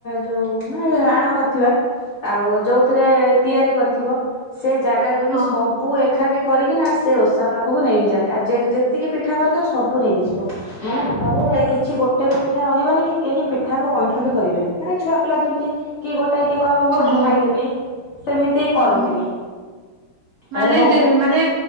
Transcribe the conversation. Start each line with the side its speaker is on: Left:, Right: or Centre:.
Left: ଯୋଉ ମାନେ କରି ଆଉ ଯୋଉଥିରେ ତିଆରି କରିିବ ସେ ଜାଗା ଯୋଗୀ
Right: ହଁ
Left: ସବୁ ଏଖାଠି କରିକିନା ସେ ଓଷା ପାଖକୁ ନେଇକି ଯାଆନ୍ତି ଆଉ ଯେ ଯେତିକି ପିଠା କରିଥିବ ସବୁ ନେଇକି ଯିବ ମାନେ। ଘରେ କିଛି ଗୋଟେ ବି ପିଠା ରହିବନି କି କେହି ପିଠାକୁ ଅଇଁଠା ବି କରିବେନି ମାନେ ଛୁଆ ପିଲା ଯେମିତି କି ଗୋଟେ କିଏ କହିବ ମୁଁ
Right: ଓହୋ
Left: ଗୋଟେ ଖାଇଦେବି ସେମିତି
Right: ହଁ
Left: କରନ୍ତିନି। ତାପରେ
Right: ମାନେ
Left: ଭୋଗ
Right: ମାନେ